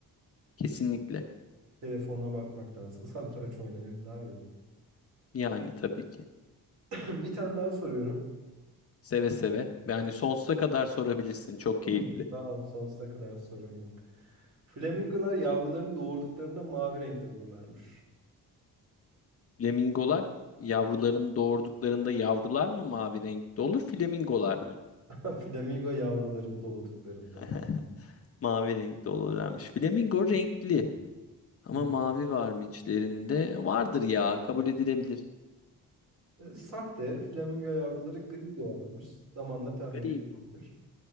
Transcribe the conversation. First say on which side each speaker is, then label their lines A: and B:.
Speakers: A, on the left; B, on the right.
A: Kesinlikle.
B: Telefona bakmaktansa <laughs> satranç oynayayım daha iyi.
A: Yani tabii ki.
B: <clears throat> <laughs> Bir tane daha soruyorum.
A: Seve seve. Yani sonsuza kadar sorabilirsin. Çok
B: <clears throat>
A: keyifli.
B: <laughs> Tamam sonsuza kadar sorum yok. Flamingolar yavrularını doğurduklarında mavi renkte olurlarmış.
A: Flamingolar yavrularını doğurduklarında yavrular mı mavi renkte olur, flamingolar mı?
B: <laughs> Flamingo yavruları doğduklarında.
A: <laughs> Mavi renkte olurlarmış. Flamingo renkli ama
B: Hı.
A: mavi var mı içlerinde? Vardır ya, kabul edilebilir.
B: E, Sahte flamingo yavruları gri doğarmış. Zamanla pembeleşmiş.
A: Gri mi?